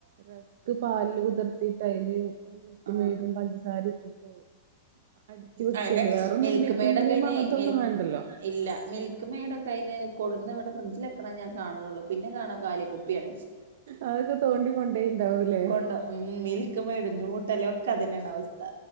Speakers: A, on the right (about 55°); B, on the right (about 75°).
A: റസ്ക് പാല്ല് കുതിർത്തിട്ട അതില് മിൽക്
B: ആ
A: മേടും പഞ്ചസാര ഇട്ടിട്ട്- അടിച്ചു വെക്കല്
B: അയ്നെ
A: വേറൊന്നും
B: മിൽക്ക്
A: വിപ്പിംഗ്
B: മെയഡ ഒക്കെ
A: ക്രീം
B: ഇനി
A: അങ്ങനത്തെ
B: മിൽ
A: ഒന്നും വേണ്ടല്ലോ
B: ഇല്ല മിൽക്ക് മെയഡ ഒക്കെ- കയിന് കൊടുുന്ന ഇവിടെ ഫ്രിഡ്ജിൽിലെക്കണ ഞാൻ കാണുള്ളൂ പിന്നെ കാണാ കാലിക്കുപ്പിയാണ്-
A: അതൊക്കെ തോണ്ടികൊണ്ടേയ്ട്ടുണ്ടാവൂല്ലേ-
B: കൊണ്ടോ ഉം മിൽക്ക് മേഡും ന്യൂട്ടല്ലയും ഒക്കെ അത്നെയാണ് അവസ്ഥ-